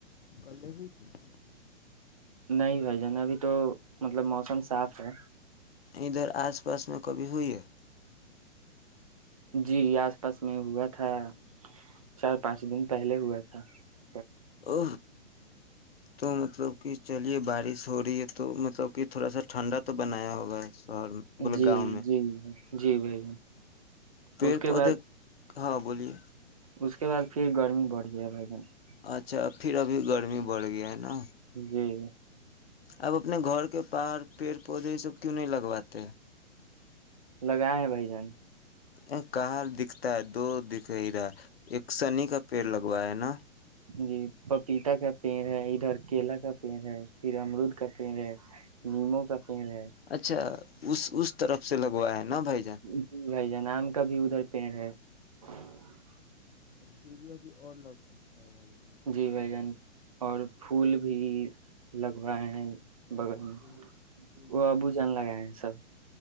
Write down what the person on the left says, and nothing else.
کلے ہوئی ت <unintelligible>
ادھر آس پاس میں کب ہوو یہ
او تو مطلب کہ چلیے بارش ہو رہی ہے تو مطلب کہ تھوڑا سا ٹھنڈا تو بنایا ہوگا شہر میں بولے
گاؤں میں
پڑ
پودے
ہاں بولیے
اچھا پھر ابھی گرمی بڑھ گیا ہے نا
اب اپنے گھر کے پر پیڑ پودے اس سب کیوں نہیں لگواتے
ا کہاں دکھتا ہے دو دکھےیرا ایک سنی کا پیڑ لگوا ہے نا
اچھا اس اس طرف سے لگوا ہے نا بھائی جان
پھر بھی ابھی اور لگ سکتا ہے بھائی
یہ
د
ہاں
پھول
پھول
تو